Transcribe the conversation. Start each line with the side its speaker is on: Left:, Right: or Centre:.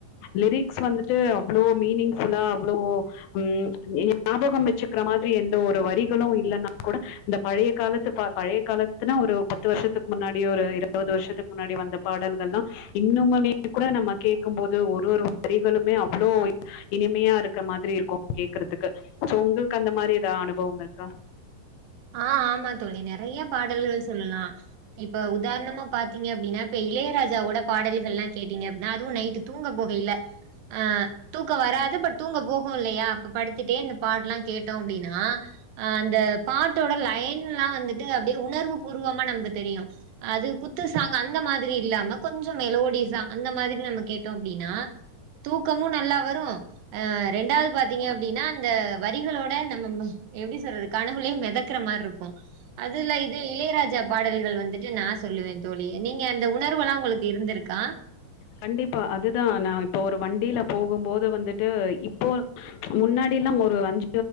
Left: லிரிக்ஸ் வந்துட்டு அவ்ளோ மீனிங்ஃபுல்லா அவ்ளோ ம் ஞாபகம் வெச்சிக்கிற மாதிரி எந்த ஒரு வரிகளு இல்லன்னா கூட இந்த பழைய காலத்து பா பழைய காலத்துனா ஒரு பத்து வர்ஷத்துக் முன்னாடி ஒரு இருவது வர்ஷத்துக் முன்னாடி வந்த பாடல்கள்லா இன்னுமுமே கூட நம்ம கேக்கும் போது ஒரு ஒரு வரிகளுமே அவ்ளோ இனிமையா இருக்க மாதிரி இருக்கு கேக்கறத்துக்கு சோ உங்கள்க்கு அந்த மாரி எதா அனுபவம் இருக்கா
Right: ஆ ஆமா தோழி நெறைய பாடல்கள் சொல்லலா இப்ப உதாரணமா பாத்தீங்க அப்டின்னா இப்ப இளையராஜாவோட பாடல்கள்லா கேட்டீங்க அப்பிட்னா அதுவு நைட்டு தூங்க போகைல அ தூக்கோ வராது பட் தூங்க போஹு இல்லையா அப்ப படுத்துட்டே இந்த பாட்ல்லா கேட்டோ அப்டின்னா அ அந்த பாட்டோட லைன்லா வந்துட்டு அப்டியே உணர்வு பூர்வமா நமக்கு தெரியு அது குத்து சாங் அந்த மாதிரி இல்லாம கொஞ்சோ மெலோடிஸ்சா அந்த மாதிரி நம்ம கேட்டோ அப்டின்னா தூக்கமு நல்லா வரு ஆ ரெண்டாவது பாத்தீங்க அப்படின்னா அந்த வரிகளோட நம்ம எப்படி சொல்றது கனவுளே மேதக்குற மாரி இருக்கு அதுல இது இளையராஜா பாடல்கள் வந்துட்டு நா சொல்லுவே தோழி நீங்க அந்த உணர்வெல்லா உங்களுக்கு இருந்திருக்கா
Left: கண்டிப்பா அதுதா நா இப்போ ஒரு வண்டியில போகும்போது வந்துட்டு இப்போ முன்னாடி எல்லா ஒரு அஞ்சு